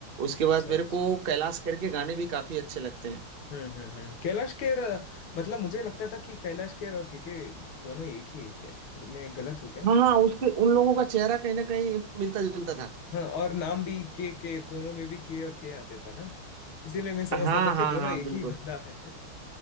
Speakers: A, on the right; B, on the left.
A: उसके
B: अच्छा
A: बाद मेरे
B: अच्छा
A: को कैलाश खेर के गाने भी काफी अच्छे लगते हैं
B: हम्म हम्म हम्म कैलाश खेर अ, मतलब मुझे लगता था कि कैलाश खेर और के के दोनों एक ही है क्या मैं गलत हूँ क्या
A: हाँ हाँ उसके उन लोगों का चेहरा कहीं ना कहीं मिलता जुलता था
B: हाँ और नाम भी के के दोनों में भी के और के आते था ना इसीलिए मैं समझता
A: हाँ
B: था कि
A: हाँ
B: दोनों
A: हाँ
B: एक
A: बिल्कुल
B: ही बंदा है